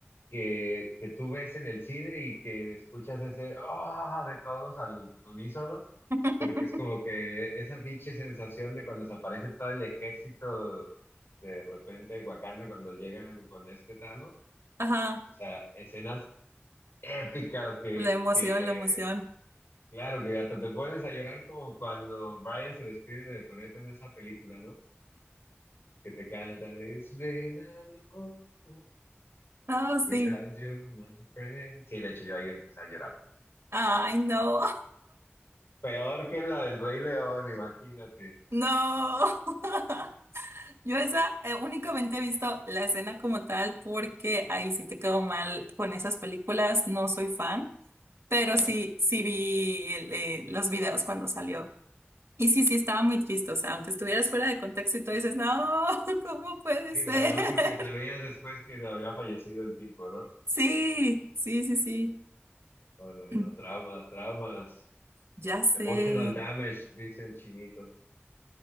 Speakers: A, on the left; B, on the right.
A: que, que tú ves en el cine y que escuchas ese ah de todos al unísono,
B: <laughs>
A: porque es como que esa biche sensación de cuando se aparece todo el ejército de repente en Wakanda cuando llegan con este Thanos,
B: Ajá,
A: o sea, escenas épicas que,
B: la emoción,
A: que
B: la emoción.
A: Claro que hasta te pones a llorar como cuando Brian se despide de Toretto en esa película, ¿no? Que te cantan It's been a long way
B: Oh, sí.
A: without you, my friend. Sí, de hecho yo ahí empecé a llorar.
B: Ay, no,
A: Peor que la del Rey León, imagínate.
B: <laughs> no. <laughs> Yo esa eh, únicamente he visto la escena como tal porque ahí sí te quedó mal con esas películas, no soy fan, pero
A: Ajá.
B: sí, sí vi el, eh, los videos cuando salió. Y sí, sí estaba muy triste, o sea, aunque estuvieras fuera de contexto y tú dices, no, <laughs> ¿cómo puede
A: Y
B: ser?
A: además
B: <laughs>
A: porque sabías después que no había fallecido el tipo, ¿no?
B: Sí, sí, sí, sí.
A: Oh, no,
B: <clears throat>
A: no, traumas, traumas.
B: Ya sé.
A: Emotional damage, dice el chinito.